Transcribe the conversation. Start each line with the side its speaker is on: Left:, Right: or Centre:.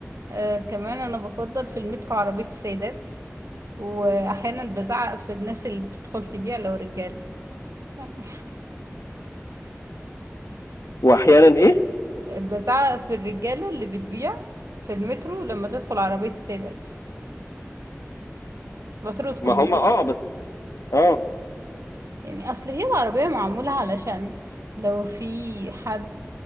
Right: آه كمان أنا بفضل في المترو عربية السيدات وأحيانا بزعق في الناس اللي بتدخل تبيع لو رجالة يعني
Left: واحيانا ايه
Right: <laughs> بزعق في الرجالة اللي بتبيع في المترو لما تدخل عربية السيدات بطردهم
Left: ما هم
Right: يعني
Left: اه بس اه
Right: يعني اصل هي العربية معمولة علشان لو في حد